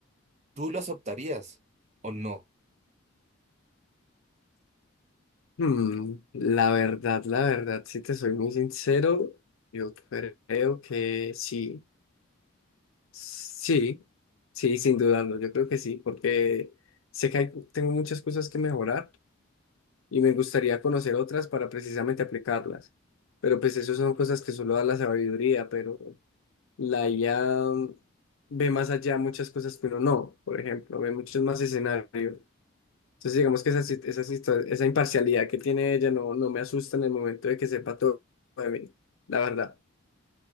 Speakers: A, on the right; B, on the left.
A: ¿Tú lo aceptarías o no?
B: Hmm, la verdad, la verdad, si te soy muy sincero, yo creo que sí, sí, sí, sin dudarlo, yo creo que sí, porque sé que hay- tengo muchas cosas que mejorar y me gustaría conocer otras para precisamente aplicarlas, pero pues eso son cosas que solo da la sabiduría, pero la IA ve más allá muchas cosas que uno no, por ejemplo, ve muchos más escenarios. Entonces, digamos que esa, sit- esa, situa- esa imparcialidad que tiene ella no, no me asusta en el momento de que sepa todo de mí, la verdad.